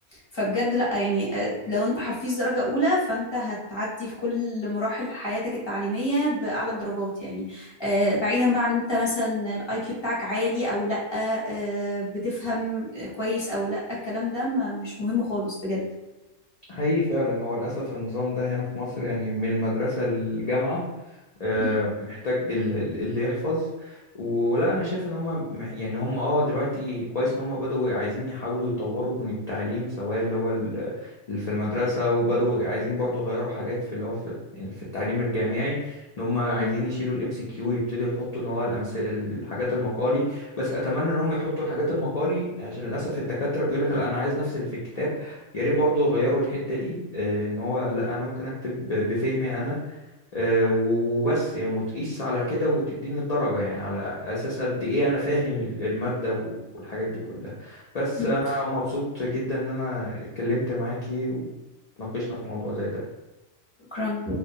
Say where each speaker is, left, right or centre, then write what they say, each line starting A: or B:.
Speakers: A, on the left (about 25°); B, on the left (about 80°).
A: فبجد لا يعني آه، لو انت حفيظ درجة أولى فانت هتعدي في كل مراحل حياتك التعليمية بأعلى الدرجات يعني آه، بعيدا بقى عن انت مثلا الاي كيو بتاعك عالي او لا آه، بتفهم كويس او لا الكلام ده ما مش مهم خالص بجد
B: حقيقي فعلا هو للأسف النظام ده هنا في مصر يعني من المدرسة للجامعة آه،
A: مم.
B: محتاج ال- ال- اللي يحفظ ولا انا شايف ان هم يعني هم اه دلوقتي كويس ان هم بدأوا عايزين يحاولوا يطوروا من التعليم سواء اللي هو ال- اللي في المدرسة وبدأوا عايزين برضو يغيروا حاجات في اللي هو في في التعليم الجامعي ان هم عايزين
A: مم.
B: يشيلوا الام سي كيو يبتدوا يحطوا ان هو الامثله الحاجات المقالي بس اتمنى ان هم يحطوا الحاجات المقالي عشان للاسف الدكاترة بيقول لك لا انا عايز نفس اللي في الكتاب يا ريت برضو يغيروا الحتة دي آه، ان هو لا انا ممكن اكتب بفهمي انا آه، و- وبس يعني وتقيس على كده وتديني الدرجة يعني على أساس قد إيه أنا فاهم ال- المادة و- والحاجات دي كلها بس
A: مم.
B: أنا مبسوط جدا إن أنا اتكلمت معاكي وتناقشنا في موضوع زي ده
A: شكرا